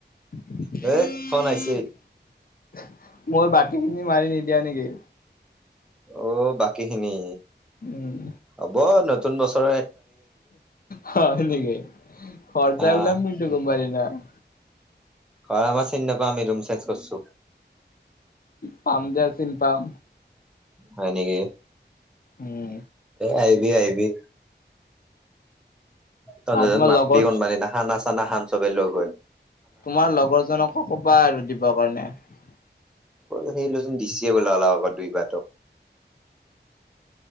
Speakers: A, on the left (about 55°); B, in the centre.
A: মোৰ,
B: ধেত ফোন আহিছে
A: বাকী খিনি মাৰি নিদিয়া নেকি?
B: অ বাকী খিনি
A: উম
B: হব নতুন বছৰে
A: হয় নেকেই, ঘৰ যাই
B: আহ
A: পেলাই মোৰ চকুৰ পানী নাই।
B: ক মাৰ চ নাপ আি ৰুম চেজ কৰিছো <unintelligible>
A: পাম দিয়া আছিল পাম,
B: হয় নেকি
A: উম
B: আহিবি, আহিবি, তহঁতৰ
A: আৰু তোমাৰ
B: মাতি
A: লগৰ
B: কন নিনাখ না <unintelligible> চানা খাম চবেই লৈ গৈ।
A: তোমাৰ লগৰজনকো কোবা আৰু দিব কাৰণে <unintelligible>
B: সেইলোচন দিচিয়ে গ'ল অলপ আকৌ দুই বাৰটক।